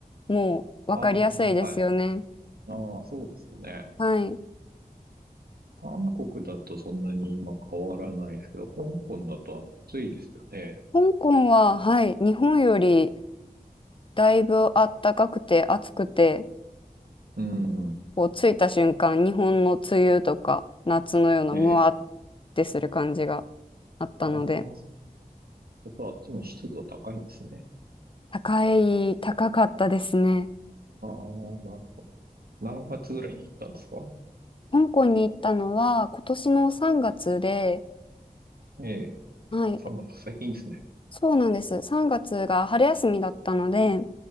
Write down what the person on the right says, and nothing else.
ああ、はい。ああ、そうですよね。
韓国だとそんなに今変わらないですけど、香港だと暑いですよね。
うん。
ええ。
ああ、やっぱあっちも湿度高いんですね。
ああ、なるほど。何月ぐらいに行ったんですか
ええ。
あ、3月、最近ですね。